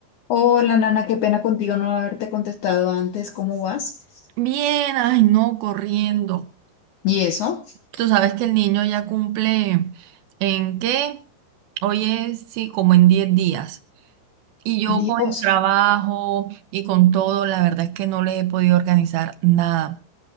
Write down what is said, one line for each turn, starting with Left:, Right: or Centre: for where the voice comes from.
Left: Hola, Nana, qué pena contigo no haberte contestado antes. ¿Cómo vas?
Right: Bien, ay no, corriendo.
Left: ¿Y eso?
Right: Tú sabes que el niño ya cumple en qué, hoy es, sí, como en 10 días. Y yo
Left: Dios.
Right: con el trabajo y con todo, la verdad es que no le he podido organizar nada.